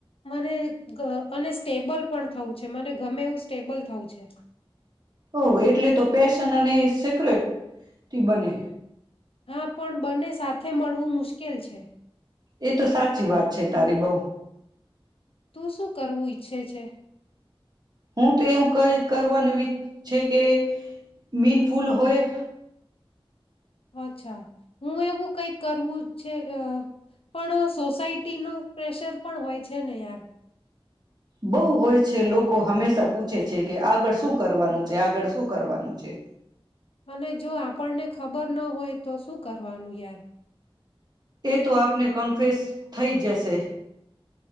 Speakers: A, on the left; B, on the right.
A: મને અને સ્ટેબલ પણ થવું છે, મને ગમે એવું સ્ટેબલ થવું છે.
B: ઓહ એટલે તો પેશન અને <unintelligible> બને.
A: હા પણ બંને સાથે મળવું મુશ્કેલ છે.
B: એ તો સાચી વાત છે, તારી બહુ
A: તું શું કરવું ઈચ્છે છે.
B: હું તો એવું કઈ કરવાનું <unintelligible> છે, કે મીન ફૂલ હોય.
A: અચ્છા હું એવું કઈક કરવું. છે પણ સોસાયટી ન પ્રેશર પણ હોય છે, ને યાર
B: બહુ હોય છે લોકો હંમેશા પૂછે છે, કે આગળ શું કરવાનું છે, આગળ શું કરવાનું છે.
A: અને જો આપણને ખ ખબર ન હોય તો શું કરવાનું યાર.
B: એ તો આપને કન્ફેસ. થઈ જશે